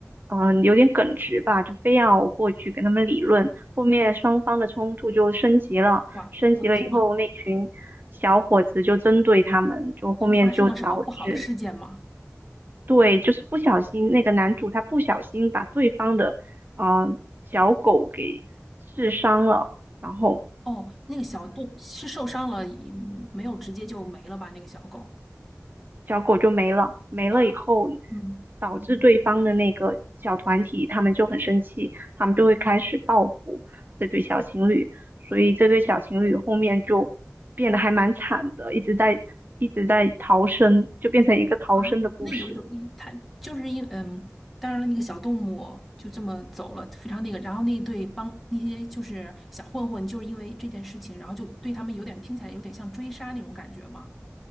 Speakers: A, on the right (about 40°); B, in the centre.
A: 嗯，呃有点耿直吧，就非要过去跟他们理论，后面双方的冲突就升级了。
B: 哇，
A: 升级了以后，
B: 我听了
A: 那群小伙子就针对他们，就后面就导致
B: 是发生了什么不好的事件吗？
A: 对，就是不小心那个男主他不小心把对方的呃小狗给刺伤了，然后
B: 哦，那个小动是受伤了，嗯没有直接就没了吧？那个小狗
A: 小狗就没了，没了以后
B: 啊，嗯。
A: 导致对方的那个小团体他们就很生气，他们就会开始报复这对小情侣，所以这对小情侣后面就变得还蛮惨的，一直在一直在逃生，就变成一个逃生的故事。
B: 啊，那有有一，它就是一嗯，当然了，那个小动物就这么走了，非常那个。然后那对帮那些就是小混混，就是因为这件事情，然后就对他们有点听起来有点像追杀那种感觉吗？